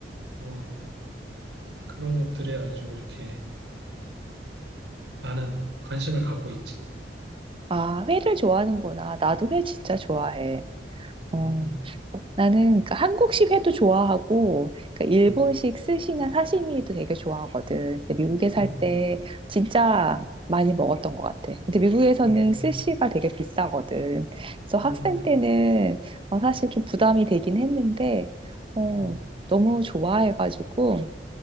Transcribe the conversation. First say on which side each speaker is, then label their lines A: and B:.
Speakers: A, on the right; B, on the right.
A: 어, 그런 것들에 아주 이렇게 많은 관심을 갖고 있지.
B: 아, 회를 좋아하는구나. 나도 회 진짜 좋아해. 어,
A: 음,
B: 나는 그 한국식 회도 좋아하고 그 일본식
A: 음,
B: 스시나 사시미도 되게 좋아하거든. 근데 미국에 살
A: 음,
B: 때 진짜 많이 먹었던 것 같아. 근데 미국에서는
A: 음,
B: 스시가 되게 비싸거든. 그래서 학생
A: 음,
B: 때는 어, 사실 좀 부담이 되긴 했는데 어,
A: 음,
B: 너무 좋아해가지고